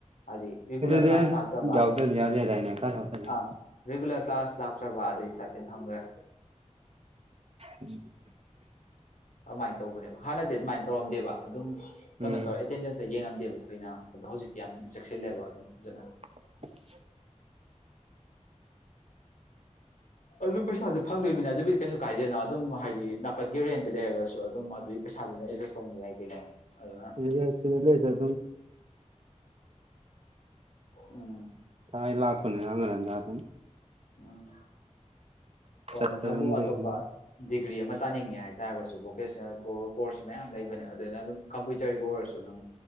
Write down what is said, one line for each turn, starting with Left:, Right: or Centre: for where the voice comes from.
Left: ꯍꯥꯏꯗꯤ ꯔꯤꯒꯨꯂꯔ
Right: ꯑꯗꯨꯗꯤ
Left: ꯀ꯭ꯂꯥꯁ ꯇꯥꯛꯇꯕ
Right: ꯌꯥꯎꯗ꯭ꯔꯗꯤ ꯌꯥꯗꯦꯗꯥꯏꯅꯦ ꯈꯔ ꯌꯥꯎꯗ꯭ꯔꯗꯤ ꯌꯥ
Left: ꯑ ꯔꯤꯒꯨꯂ ꯀ꯭ꯂꯥꯁ ꯂꯥꯛꯇ꯭ꯔꯕ ꯑꯗꯨꯏ ꯆꯥꯇꯤꯟ ꯐꯪꯗ꯭ꯔꯦ
Right: ꯎꯝ
Left: ꯑꯗꯨꯃꯥꯏꯅ ꯇꯧꯕꯅꯦꯕ ꯍꯥꯟꯅꯗꯤ ꯑꯗꯨꯃꯥꯏꯅ ꯇꯧꯔꯝꯗꯦꯕ ꯑꯗꯨꯝ ꯀꯩꯅꯣ
Right: ꯎꯝ
Left: ꯇꯧꯔ ꯑꯦꯇꯦꯟꯗꯦꯟꯁꯇ ꯌꯦꯡꯉꯝꯗ ꯗꯦꯕ ꯊꯣꯏꯅ ꯑꯗꯣ ꯍꯧꯖꯤꯛꯇꯤ ꯌꯥꯝ ꯆꯦꯛꯁꯤꯜꯂꯦꯕ ꯑꯗꯨꯝ ꯐꯖꯅ
Right: <inaudible>
Left: ꯑꯗꯨ ꯄꯩ ꯁꯥꯥꯖ ꯐꯪꯗꯣꯏꯅꯤꯅ ꯑꯗꯨꯗꯤ ꯀꯩꯁꯨ ꯀꯥꯏꯗꯦꯗꯅ ꯑꯗꯨꯝ ꯍꯥꯏꯗꯤ ꯅꯥꯀꯟꯒꯤ ꯔꯦꯟꯇ ꯂꯩꯔꯒꯁꯨ ꯑꯗꯨꯝ ꯑꯗꯨꯒꯤ ꯄꯩꯁꯥꯗꯨꯅ ꯑꯦꯗꯖꯁ ꯇꯧꯅꯤ ꯌꯥꯏ ꯀꯩꯅꯣ ꯑꯗꯨꯅ
Right: ꯑꯦ ꯆꯂꯁ ꯑꯗꯨ
Left: ꯎꯝ
Right: ꯇꯥꯏ ꯂꯥꯛ ꯄꯨꯅꯤꯔꯉꯦꯗ ꯑꯗꯨꯝ
Left: ꯎꯝ ꯍꯣꯏ
Right: ꯆꯠꯄ
Left: ꯅ ꯅꯪꯕꯨ
Right: ꯑꯗꯨꯝ ꯂꯩꯔꯝꯅꯤ
Left: ꯑꯇꯣꯞꯄ ꯗꯤꯒ꯭ꯔꯤ ꯑꯃ ꯇꯥꯅꯤꯡꯉꯦ ꯍꯥꯏꯇꯥꯔꯒꯁꯨ ꯚꯣꯀꯦꯁꯅꯦꯜ ꯀꯣꯔꯁꯁꯨ ꯃꯌꯥꯝ ꯂꯩꯕꯅꯦ ꯑꯗꯨꯥꯏꯅ ꯑꯗꯨꯝ ꯀꯝꯄ꯭ꯌꯨꯇꯔꯒꯤ ꯑꯣꯏꯔꯁꯨ ꯅꯪ